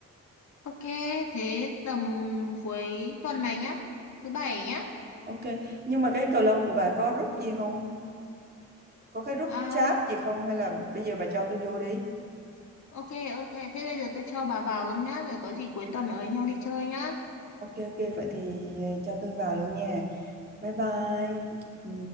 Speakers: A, on the left; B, on the right.
A: Ok, thế tầm cuối tuần này nhá, thứ bảy nhá.
B: ok nhưng mà cái cầu lông của bà có group gì không có cái group
A: Um,
B: chat gì không hay là bây giờ bà cho tôi vô đi
A: ok, ok, thế bây giờ tôi cho bà vào luôn nhá, rồi có gì cuối tuần ở với nhau đi chơi nhá.
B: ok ok vậy thì ờ, cho tôi vào luôn nha bye bye ừ.